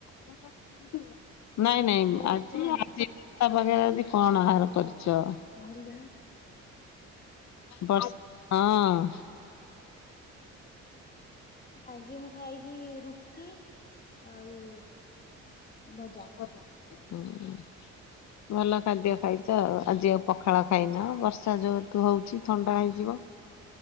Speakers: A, on the left (about 65°); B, on the left (about 30°).
A: <unintelligible> ନାଇଁ ନାଇଁ
B: ଉପବାସ
A: ଆଜି
B: କରନ୍ତି
A: ଆଜି। ତା ପାଖରେ ଆଜି କଣ ଆହାର କରିଚ?
B: ଘରକୁ ଯାଉନୁ।
A: ବର୍ଷ ହଁ।
B: ଆଜି ମୁଁ ଖାଇଛି ରୁଟି ଆଉ ଭଜା।
A: <unintelligible> ହୁଁ। ଭଲ ଖାଦ୍ୟ ଖାଇଚ ଆଉ ଆଜି ଆଉ ପଖାଳ ଖାଇନ ବର୍ଷା ଯହେତୁ ହଉଛି ଥଣ୍ଡା ହେଇଯିବ।